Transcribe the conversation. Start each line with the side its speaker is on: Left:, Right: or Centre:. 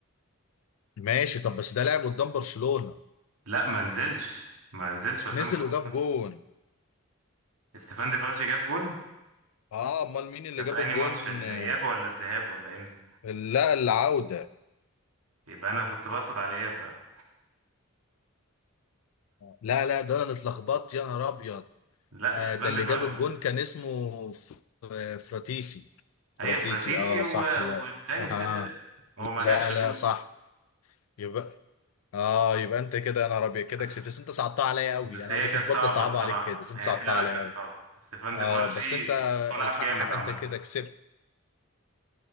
Left: ماشي طب بس ده لعب قدام برشلونة
Right: لا ما نزلش ما نزلش قدام
Left: نزل
Right: برشلونة
Left: وجاب جون
Right: ستيفان ديفارجي جاب جون
Left: اه امال مين اللي
Right: ده في
Left: جاب الجون
Right: أنهي ماتش الإياب
Left: آه،
Right: ولا الذهاب ولا إمتى
Left: لا العودة
Right: يبقى أنا كنت بقصد على الإياب بقى
Left: لا لا ده انا اتلخبطت يا نهار ابيض
Right: لا
Left: آه
Right: ستيفان
Left: ده اللي
Right: ديفارجي
Left: جاب الجون كان اسمه ف- آه، فراتيسي فراتيسي
Right: أيوة فراتيسي
Left: اه
Right: و...
Left: صح لا
Right: والتاني
Left: اه
Right: السد ده. هو ما
Left: لا
Right: جابش
Left: لا
Right: جول
Left: صح يبقى اه يبقى انت كده يا نهار ابيض كده
Right: بس
Left: كسبت بس انت صعبتها عليا قوي
Right: بس
Left: انا
Right: هي
Left: ما
Right: كانت
Left: كنتش برضه
Right: صعبة
Left: صعبه
Right: الصراحة
Left: عليك كده بس انت
Right: هي
Left: صعبتها
Right: فعلا
Left: عليا
Right: كانت صعبة ستيفان
Left: اه
Right: ديفارجي
Left: بس انت
Right: ملعب
Left: الحق
Right: جامد
Left: حق
Right: عامة
Left: انت كده كسبت